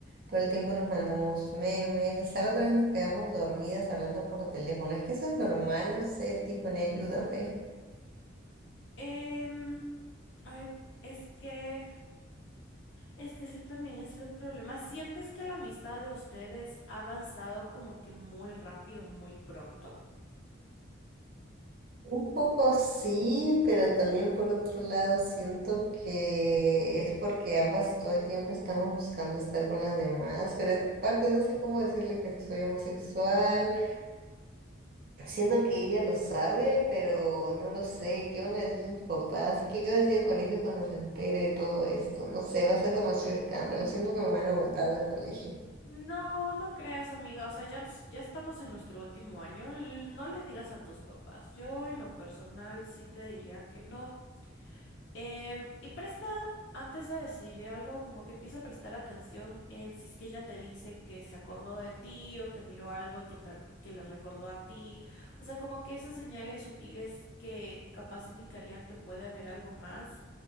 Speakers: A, on the right (about 45°); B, on the left (about 60°).
A: todo el tiempo nos mandamos memes, hasta la otra vez nos quedamos dormidas hablando por teléfono, es que eso es normal, no sé, Tiffany, ayúdame.
B: Em, ay, es que Es que ese también es el problema. ¿Sientes que la amistad de ustedes ha avanzado como que muy rápido, muy pronto?
A: Un poco sí, pero también por otro lado siento que es porque ambas todo el tiempo estamos buscando estar con las demás, pero aparte no sé cómo decirle que soy homosexual. Siento que ella lo sabe, pero no lo sé. ¿Qué van a decir sus papás? ¿Y qué va a decir el colegio cuando se entere de todo esto? No sé, va a ser demasiado escándalo. Siento que me van a botar del colegio.
B: No, no creas, amiga. O sea, ya, ens- ya estamos en nuestro último año. L- No le digas a tus papás. Yo, en lo personal, sí te diría que no. Em, y presta, antes de decir algo, como que empieza a prestar atención en si es que ella te dice que se acordó de ti o que miró algo y que, ta- y que le recordó a ti. O sea, como que esas señales sutiles que capaz indicarían que puede haber algo más.